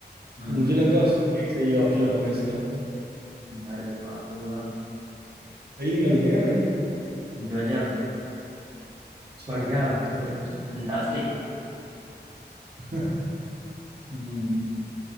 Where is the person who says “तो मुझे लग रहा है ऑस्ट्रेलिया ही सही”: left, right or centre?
Right